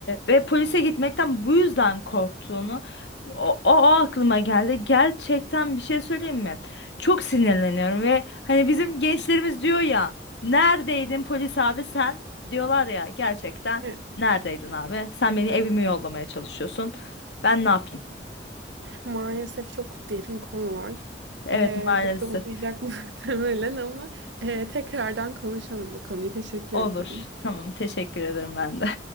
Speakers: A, on the left; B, on the right.
A: ve polise gitmekten bu yüzden korktuğunu O, o, o aklıma geldi. Gerçekten bir şey söyleyeyim mi? Çok sinirleniyorum ve hani bizim gençlerimiz diyor ya Neredeydin polis abi sen? Diyorlar ya gerçekten
B: hı.
A: neredeydin abi? Sen beni evime yollamaya çalışıyorsun. Ben ne yapayım?
B: Maalesef çok derin konular.
A: Evet
B: Ee,
A: maalesef.
B: çok da uzayacak <laughs> muhtemelen ama e, tekrardan konuşalım bu konuyu. Teşekkür
A: Olur.
B: ederim.
A: Tamam teşekkür ederim ben de.